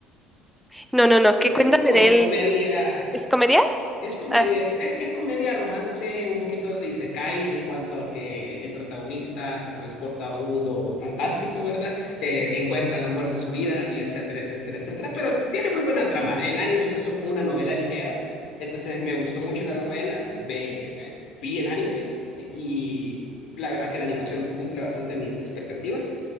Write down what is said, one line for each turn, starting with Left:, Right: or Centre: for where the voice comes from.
Centre: no, no, no.
Left: Es,
Centre: Que cuéntame
Left: es como
Centre: de
Left: de
Centre: él.
Left: comedia
Centre: ¿Es comedia?
Left: Es comedia,
Centre: Ah,
Left: es, es comedia romance, un poquito de isekai en cuanto a que el protagonista se transporta a un mundo fantástico, ¿verdad? Eh, encuentra el amor de su vida y etcétera, etcétera, etcétera. Pero tiene muy buena trama. El anime empezó como una novela ligera, entonces me gustó mucho la novela, ve- eh, vi el anime y la verdad que la animación cumple bastante mis expectativas.